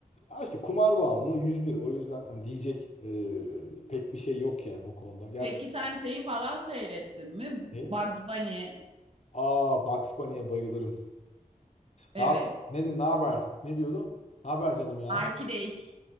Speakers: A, on the left; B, on the right.
A: Ha işte kumar bağımlılığı 101. O yüzden hani diyecek e, pek bir şey yok yani o konuda. Gerçekten
B: Peki sen şeyi falan seyrettin mi?
A: iyi.
B: Bugs Bunny.
A: Aa Bugs Bunny'e bayılırım.
B: Evet.
A: Ne, yap- ne, ne haber? Ne diyordu? Ne haber canım ya?
B: Arkadaş.